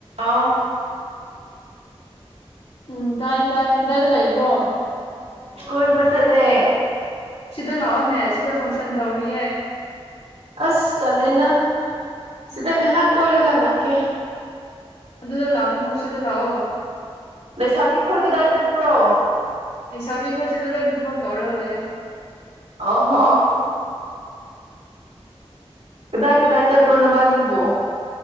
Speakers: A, on the right (about 85°); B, on the left (about 70°).
A: ꯑꯧ
B: ꯎꯝ ꯇꯥꯏ ꯇꯥꯏ ꯀꯗꯥꯏꯗ ꯂꯩꯕ꯭ꯔꯣ
A: ꯀꯣꯏꯕ ꯆꯠꯂꯦ
B: ꯁꯤꯗ ꯂꯑꯣꯅꯦꯦ ꯁꯤꯗ ꯐꯪꯁꯟ ꯇꯧꯔꯤ
A: ꯑꯁ ꯇꯂꯦꯅ ꯁꯤꯗ ꯉꯥꯏꯍꯥꯛ ꯀꯣꯏꯔꯒ ꯂꯥꯛꯀꯦ
B: ꯑꯗꯨ ꯑꯗꯨꯗ ꯂꯥꯛ ꯅ ꯁꯤꯗꯂꯑꯣ
A: ꯂꯩꯁꯥꯕꯤꯈꯜ ꯀꯗꯥꯏ ꯆꯠꯄ꯭ꯔꯣ
B: ꯂꯩꯁꯥꯕꯤ ꯑꯩꯈꯣꯏꯁꯤꯗ ꯂꯣꯏ ꯊꯕꯛ ꯇꯧꯔꯒ ꯂꯩꯌꯦꯦ
A: ꯑ ꯍꯣ
B: ꯑ
A: ꯗꯦ ꯇꯥꯏ ꯆ ꯄꯨꯔꯅ ꯅꯤꯕꯣ